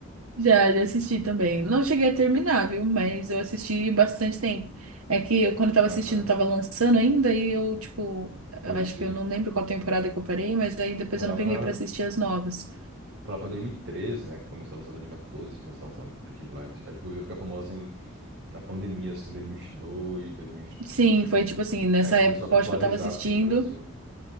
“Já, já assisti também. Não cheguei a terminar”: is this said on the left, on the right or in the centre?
Right